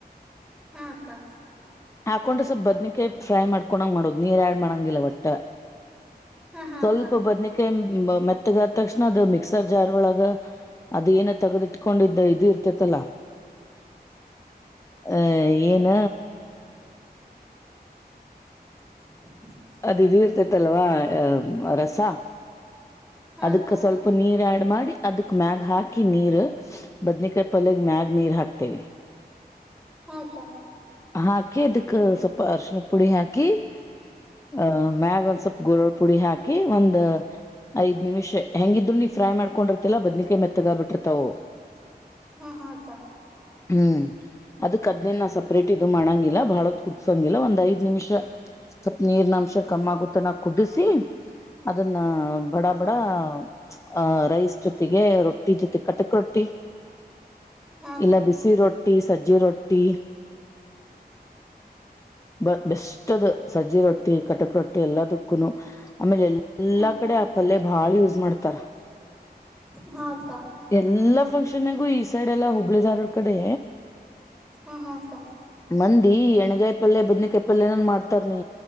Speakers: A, in the centre; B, on the left.
A: ಹಾ ಅಕ್ಕಾ.
B: ಹಾಕೊಂಡ್ರೆ ಸ್ವಲ್ ಬದ್ನಿಕೆ ಫ್ರೈ ಮಾಡ್ಕೊಂಗ ಮಾಡೋದು ನೀರ್ ಆ್ಯಡ್ ಮಾಡಂಗಿಲ್ಲ ಒಟ್ಟ.
A: ಹಾ ಹಾ
B: ಸ್ವಲ್ಪ
A: ಅಕ್ಕ
B: ಬದನಿಕಾಯ. ಮೆತ್ತಗ ಅದ ತಕ್ಷಣ ಅದು ಮಿಕ್ಸರ್ ಜಾರ್ ಒಳಗ ಅದು ಏನಿ ತಗದಿಟ್ಕೊಂಡಿದ್ದ ಇದು ಇರ್ತತಲ್ಲ. ಅ ಏನ.
A: <inaudible>
B: ಅ ವೀರ್ತೆತ್ತಲ್ವಾ ರಸಾ.
A: ಹಾ
B: ಅದಕ್ಕ
A: ಅಕ್ಕ
B: ಸ್ವಲ್ಪ ನೀರ್ ಆ್ಯಡ್ ಮಾಡಿ ಅದಕ್. ಮ್ಯಾಗ ಹಾಕಿ ನೀರ್ ಬದ್ನೀಕಾಯಿ ಪಲ್ಯಗ್ ಮ್ಯಾಗ್ ನೀರ್ ಹಾಕ್ತೇವಿ.
A: ಹ ಅಕ
B: ಹಾಕಿ ಅದಕ್ ಸ್ವಲ್ಪ ಅರ್ಶಣಕ್ ಪುಡಿ ಹಾಕಿ <unintelligible> ಹ ಮ್ಯಾಗ ಒಂದ್ ಸ್ವಲ್ಪ್ ಗೋರಳ ಪುಡಿ ಹಾಕಿ ಒಂದ್ ಐದ್ ನಿಮಿಷ ಹೆಂಗಿದ್ರು ನೀ ಫ್ರೈ ಮಾಡ್ಕೊಂಡಿರ್ತಿಲ್ಲ ಬದ್ನಿಕಾಯಿ ಮೆತ್ತಗ ಆಗ್ ಬಿಟ್ಟಿರ್ತವವು
A: ಹ ಹ ಅಕ
B: ಹ್ಮ್ ಅದ ಕದ್ನೇನ್ ನಾ ಸಪ್ರೇಟ್ ಇದು ಮಾಡಂಗಿಲ್ಲ ಬಹಳತ್ ಕುದಸಂಗಿಲ್ಲ ಒಂದ್ ಐದ್ ನಿಮಿಷ ಸ್ವಲ್ಪ ನೀರ್ನಂಶ ಕಮ್ಮಾಗು ತನ ಕುದಿಸಿ ಅದನ್ನ ಬಡ ಬಡ <unintelligible> ಹ ರೈಸ್ ಜೊತೆಗೆ ರೊಟ್ಟಿ ಜೊತೆ ಕಟಕ್ ರೊಟ್ಟಿ <unintelligible>
A: ಹಾ
B: ಇಲ್ಲ ಬಿಸಿ ರೊಟ್ಟಿ ಸಜ್ಜಿ ರೊ ಟ್ಟಿ <unintelligible> ಬ ಬೆಸ್ಟ್ ಅದು ಸಜ್ಜಿ ರೊಟ್ಟಿ ಕಟಕ್ ರೊಟ್ಟಿ ಎಲ್ಲದು ಕುನು ಆಮೇಲೆ ಎಲ್ಲಾ
A: ಅಕ್ಕ
B: ಕಡೆ ಆ ಪಲ್ಯ ಬಾಳ್ ಯೂಸ್ ಮಾಡ್ತಾರ.
A: ಹಾ ಅಕ್ಕ
B: ಎಲ್ಲಾ ಫಕ್ಷನ್ ದುನೆಗು ಈಸ್ ಸೈಡ್ ಎಲ್ಲಾ ಹುಬ್ಳಿ ಧಾರವಾಡ್ ಕಡೆ
A: ಹಾ ಹಾ ಅಕ
B: ಮಂದಿ ಎಣಗ ಪಲ್ಲೆ ಬದ್ನಿಕಾಯ್ ಪಲ್ಲೆನನ್ ಮಾಡ್ತಾರನಿ